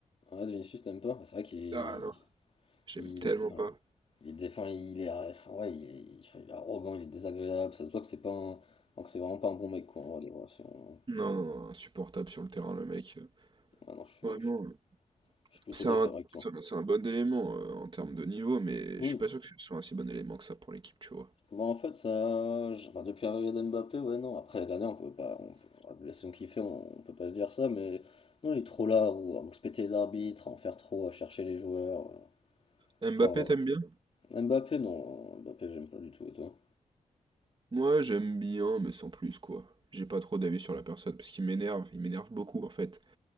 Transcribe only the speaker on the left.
Ouais, Vinicius, t'aimes pas? C'est vrai qu'il
est-
il,
enfin,
il est défend, il est, ouais, enfin, ouais, il est, il enfin, il est arrogant, il est désagréable. Ça se voit que c'est pas un, enfin, que c'est vraiment pas un bon mec, quoi. En vrai, de vrai, si on-
ouais, non, je suis,
je suis
je suis plutôt
d'accord
avec toi.
Oui.
Bon, en fait, ça, je- enfin, depuis l'arrivée d'Mbappé, ouais, non. Après les dernières, on peut pas, on peut, la saison qu'il fait, on, on peut pas se dire ça, mais non, il est trop là, ou à respecter les arbitres, à en faire trop, à chercher les joueurs. euh.
Enfin, voilà.
Mbappé, non, Mbappé, j'aime pas du tout, et toi?